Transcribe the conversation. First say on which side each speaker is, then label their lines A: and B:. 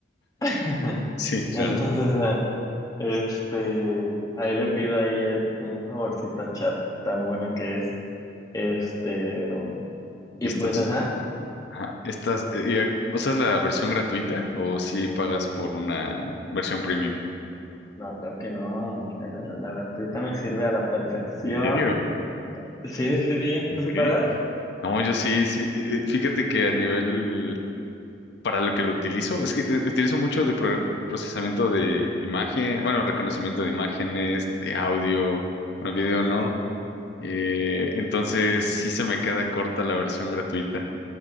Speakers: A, on the left; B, on the left.
A: <laughs>
B: Sí, claro.
A: Entonces, eh, este, ahí le pido ahí el, un favorcito a Chat, tan bueno que es. Este, um, y
B: Y estás,
A: pues, ajá,
B: ajá, estás, eh, y, ac- ¿usas la versión gratuita o si pagas por una versión premium?
A: no, creo que no, la, la gratuita me sirve a la perfección.
B: ¿En serio?
A: Sí, sí, sí,
B: Ok.
A: ¿tú sí pagas?
B: No, yo sí, sí. eh, eh, Fíjate que a nivel, para lo que lo utilizo, es que eh, utilizo mucho de pro- procesamiento de imagen, bueno, reconocimiento de imágenes, de audio, bueno, video no. Eh, entonces sí se me queda corta la versión gratuita.